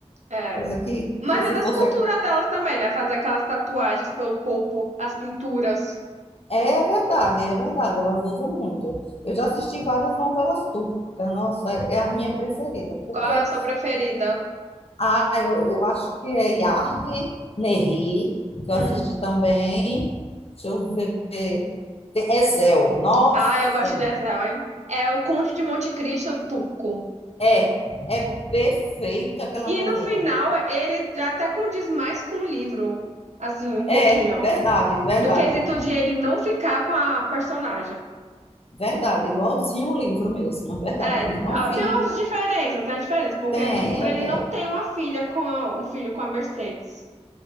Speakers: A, on the right; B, on the left.
A: É.
B: Coisa que,
A: Mas
B: que se
A: é das
B: fosse.
A: culturas delas também, né? Fazer aquelas tatuagens pelo corpo, as pinturas.
B: É verdade, é verdade, elas usam muito. Eu já assisti várias novelas turcas, nossa, é a minha preferida, porque
A: Qual é a sua preferida?
B: ah, eu, eu acho que é Yargi, Nehri, que eu
A: Hum.
B: assisti também. Deixa eu ver. Tem Ezel, nossa,
A: Ah, eu gosto de Ezel, hein? É o Conde de Monte Cristo turco.
B: é, é perfeita aquela
A: E
B: novela.
A: no final, ele até condiz mais com o livro, assim, um
B: É,
A: pouquinho,
B: verdade, verdade.
A: do quesito de ele não ficar com a personagem.
B: Verdade, igualzinho o livro mesmo, é verdade,
A: É,
B: que ele não
A: ah,
B: fica.
A: tem umas diferenças, tem uma diferença, porque
B: Tem,
A: no livro ele
B: é,
A: não tem uma filha com a- um filho com a Mercedes.